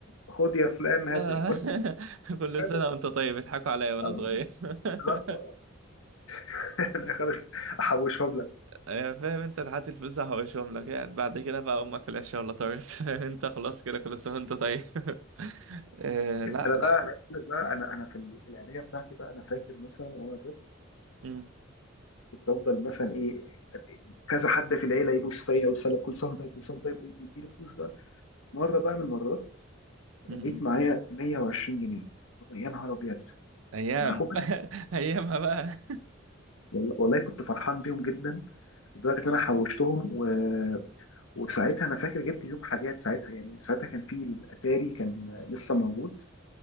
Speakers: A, on the left; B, on the right.
A: خد يا فلان
B: لا
A: هات خد
B: <laughs> كل
A: هات.
B: سنه وانت طيب بيضحكوا عليا وانا
A: آه،
B: صغير <laughs>
A: بالظبط. <laughs> انا أخد- احوشهم
B: أيوة، فاهم انت لحد الفلوس هحوشهم لك يعني بعد كده بقى امك في العشاء ولا طارت <laughs> انت خلاص كده كل سنه وانت طيب <laughs> آه، لا
A: انا
B: لا
A: بقى انا عايز أقول لك بقى انا انا في ال- العيديه بتاعتي بقى انا فاكر مثلا وانا طفل
B: امم
A: كنت افضل مثلا ايه كذا حد في العيله يبوس فيا ويسلم كل سنه وأنت طيب كل سنه وأنت طيب ويديني فلوس بقى مره بقى من المرات
B: امم
A: لقيت معايا 120 جنيه يا نهار ابيض
B: ايام
A: ما انا خد بالك
B: <laughs> ايامها بقى
A: وال- والله كنت فرحان بيهم جدا لدرجه ان انا حوشتهم و... وساعتها انا فاكر جبت بيهم حاجات ساعتها يعني ساعتها كان في الاتاري كان لسه موجود